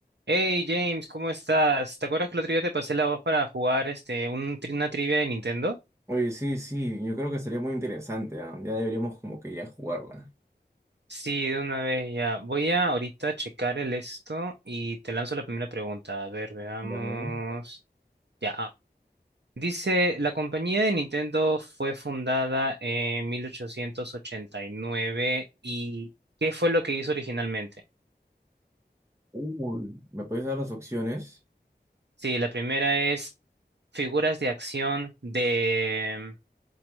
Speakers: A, on the right; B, on the right.
A: Hey James, ¿cómo estás? ¿Te acuerdas que el otro día te pasé la voz para jugar este un tri- una trivia de Nintendo?
B: Oye, sí, sí, yo creo que sería muy interesante, ah, Ya deberíamos como que ya jugarla.
A: Sí, de una vez ya. Voy a ahorita checar el esto y te lanzo la primera pregunta. A ver, veamos.
B: Dale.
A: Ya. ah. Dice, la compañía de Nintendo fue fundada en 1889 y nueve y ¿qué fue lo que hizo originalmente?
B: Uy, ¿me puedes dar las opciones?
A: Sí, la primera es figuras de acción de